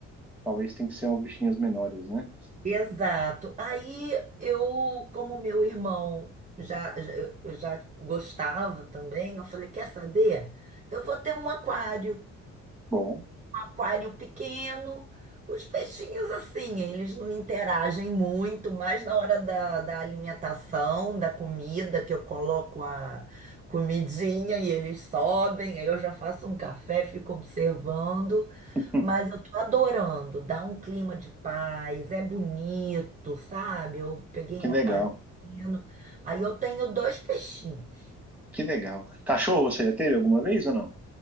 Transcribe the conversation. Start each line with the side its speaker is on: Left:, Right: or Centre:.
Centre: talvez tenha que ser uns bichinhos menores, né?
Right: Exato. Aí eu, como meu irmão já, já- eu já gostava também, eu falei, quer saber? Eu vou ter um aquário.
Centre: Bom,
Right: aquário pequeno. Os peixinhos, assim, eles não interagem muito, mas na hora da, da alimentação, da comida, que eu coloco a comidinha e eles sobem, aí eu já faço um café, fico observando.
Centre: <laughs>
Right: Mas eu tô adorando, dá um clima de paz, é bonito, sabe? Eu peguei
Centre: que
Right: um
Centre: legal.
Right: aquário pequeno, aí eu tenho dois peixinhos.
Centre: Que legal. Cachorro você já teve alguma vez ou não?